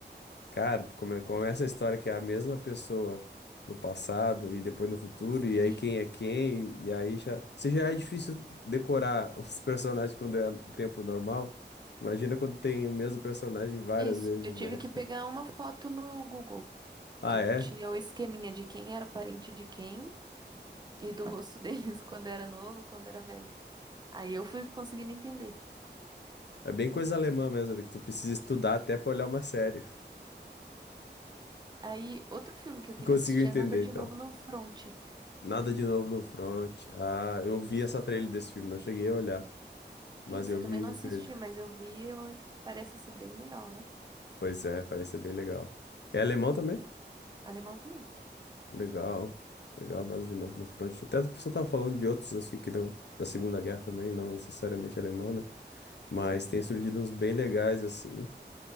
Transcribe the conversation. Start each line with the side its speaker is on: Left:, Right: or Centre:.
Left: cara, come- começa a história que é a mesma pessoa no passado e depois no futuro,
Right: Sim,
Left: e aí quem é quem, e aí já. Se já é difícil decorar <laughs> os personagens quando é tempo normal, imagina quando tem o mesmo personagem várias
Right: isso.
Left: vezes,
Right: Eu tive
Left: né?
Right: que pegar uma foto no Google,
Left: Ah,
Right: que
Left: é?
Right: tinha o esqueminha de quem era parente de quem e do rosto deles <laughs> quando era novo, quando era velho. Aí eu fui conseguindo entender.
Left: É bem coisa alemã mesmo, né, que tu precisa estudar até pra olhar uma série.
Right: Aí, outro filme que eu queria
Left: <laughs> Conseguiu
Right: assistir
Left: entender,
Right: é Nada de
Left: então.
Right: Novo no Front.
Left: Nada de novo no front. Ah, eu
Right: Isso.
Left: vi essa trailer desse filme, não cheguei a olhar, mas
Right: Isso,
Left: eu
Right: eu também
Left: vi
Right: não assisti,
Left: a trailer.
Right: mas eu vi, eu- parece ser bem legal, né?
Left: Pois é, parece ser bem legal. É alemão também?
Right: Alemão também.
Left: Legal, legal, nós de novo no front. Até a pessoa tava falando de outros assim que não, da Segunda Guerra também, não necessariamente alemã, né? Mas
Right: Sim.
Left: tem surgido uns bem legais assim,